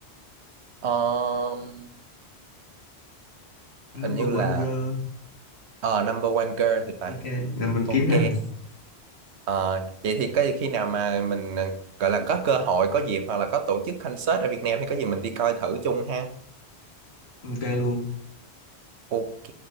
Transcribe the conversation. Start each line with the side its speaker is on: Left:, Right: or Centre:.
Right: Ờm,
Left: Number
Right: hình như
Left: One
Right: là
Left: Girl.
Right: ờ, number one girl thì phải
Left: ok rồi mình
Right: Ok.
Left: kiếm ra rồi
Right: Ờ, vậy thì có khi nào mà mình ờ, gọi là có cơ hội, có dịp hoặc là có tổ chức concert ở Việt Nam thì có gì mình đi coi thử chung ha.
Left: ok luôn
Right: Ok.